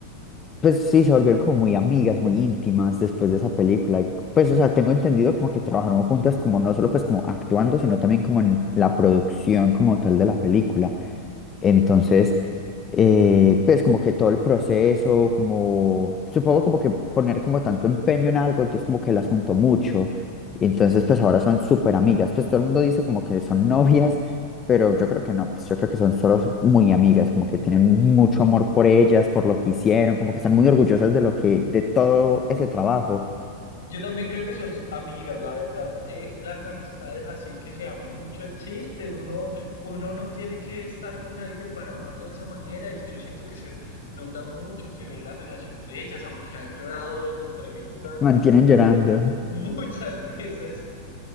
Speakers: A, on the left; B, on the left.
A: pues sí, se volvieron como muy amigas, muy íntimas después de esa película. Y, Pues, o sea, tengo entendido como que trabajaron juntas como no solo pues como actuando, sino también como en la producción como tal de la película. Entonces, eh, pues como que todo el proceso, como, supongo como que poner como tanto empeño en algo, entonces como que las juntó mucho. Y entonces
B: Sí.
A: pues ahora son súper amigas, pues todo el mundo dice como que son novias, pero yo creo que no, pues yo creo que son solo muy amigas, como que tienen mucho amor por ellas, por lo que hicieron, como que están muy orgullosas de lo que, de todo ese trabajo,
B: Yo también creo que son amigas, la verdad. Eh, las amistades así que se aman mucho existen. Uno, uno no tiene que estar con alguien para amarlo de esa manera. Y yo siento que se nota mucho, se ve la relación de ellas, aunque han llorado en entrevistas
A: mantienen llorando.
B: <laughs> muchas veces.